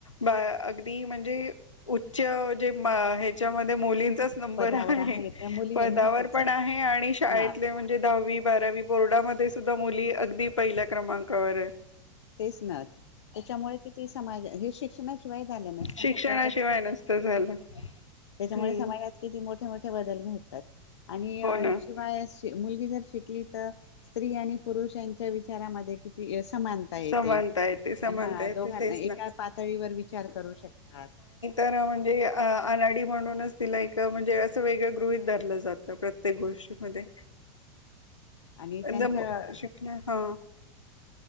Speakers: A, on the left; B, on the left.
A: बा अगदी म्हणजे. जे मा ह्याच्यामध्ये मुलींचाच नंबर
B: पदावर
A: आहे. आहे
B: त्या मुली
A: पदावर
B: मुलीच
A: पण आहे आणि शाळेतले
B: हा
A: म्हणजे दहावी, बारावी बोर्डामध्ये सुद्धा मुली अगदी पहिल्या क्रमांकावर आहे.
B: तेच नव्ह त्याच्यामुळे किती समाज हे शिक्षणाशिवाय झालं नसतं
A: शिक्षणाशिवाय
B: ना त्या <unintelligible>
A: नसतं झालं
B: त्याच्यामुळे
A: हम्म
B: समाजात. किती मोठी मोठे मोठ्या बदल घटतात आणि
A: हो ना
B: शिवाय. मुलगी जर शिकली तर स्त्री आणि पुरुष यांच्या विचारांमध्ये किती समानता येते
A: समानता येते समानता
B: ह
A: येते
B: दोघांना
A: तेच
B: एका
A: ना
B: पातळीवर विचार करू शकतात.
A: खरं म्हणजे अनाडी म्हणूनच तिला म्हणजे वेगळ गृहित धरलं जात प्रत्येक गोष्टीमध्ये.
B: आणि त्यांच्या
A: ए शिकण हा.